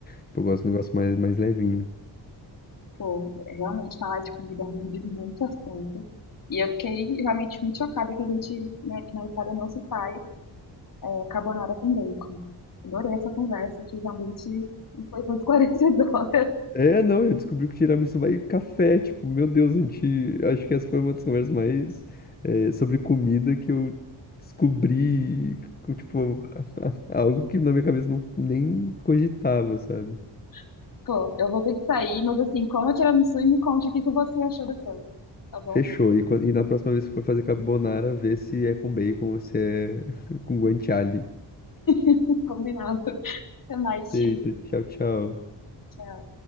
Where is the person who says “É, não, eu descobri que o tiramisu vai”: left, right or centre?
Left